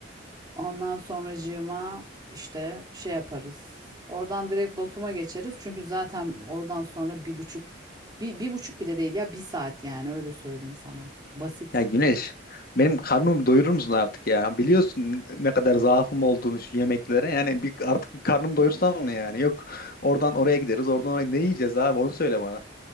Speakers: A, on the right; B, on the left.
A: Ondan sonracığıma işte şey yaparız. Oradan direkt Batum'a geçeriz. Çünkü zaten oradan sonra bir buçuk, bir, bir buçuk bile değil ya bir saat yani öyle söyleyeyim sana. Basit.
B: Ya Güneş, benim karnımı doyurur musun artık ya? Biliyorsun ne kadar zaafım olduğunu şu yemeklere. Yani bir, artık bir karnımı doyursam mı yani? Yok oradan oraya gideriz, oradan oraya. Ne yiyeceğiz abi? Onu söyle bana.